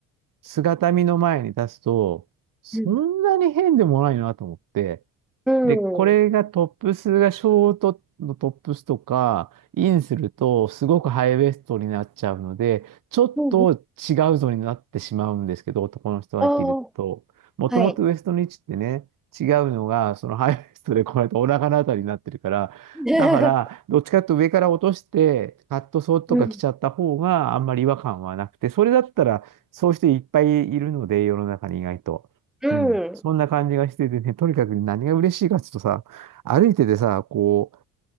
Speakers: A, on the right; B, in the centre.
A: 姿見の前に立つと、そんなに変でもないなと思って、
B: うん。うん。
A: で、これがトップスがショートのトップスとか、インするとすごくハイウエストになっちゃうので、ちょっと違うぞになってしまうんですけど、
B: うん。
A: 男の人が着ると。
B: ああ、
A: もともとウエストの位置ってね、
B: はい。
A: 違うのが、そのハイウエストでこうやってお腹のあたりになってるから、
B: <laughs>
A: だから、どっちかっていうと上から落として、カットソーとか着ちゃった方があんまり違和感はなくて、
B: うん。
A: それだったら、そういう人いっぱいいるので、世の中に意外と。
B: うん。
A: うん、そんな感じがしててね、とにかく何が嬉しいかっていうとさ、歩いててさ、こう、